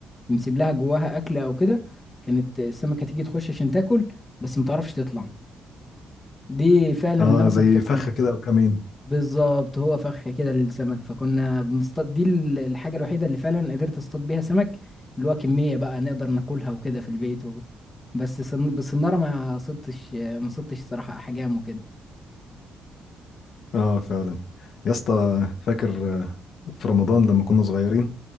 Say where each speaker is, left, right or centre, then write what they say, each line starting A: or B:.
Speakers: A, on the left (about 20°); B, on the left (about 60°).
A: بنسيب لها جواها اكل او كده كانت السمكة تيجي تخش عشان تاكل بس ما تعرفش تطلع دي فعلا
B: اه
A: اللي انا
B: زي
A: كنت كنت
B: فخه كده او كمين
A: بالظبط هو فخ كده للسمك فكنا بنصطاد دي ال- الحاجة الوحيدة اللي فعلا قدرت اصطاد بيها سمك اللي هو كمية بقى نقدر ناكلها وكده في البيت و... بس صن- بالصنارة ما صدتش ما صدتش صراحة احجام وكده
B: اه فعلا يا اسطى فاكر آه، في رمضان لما كنا صغيرين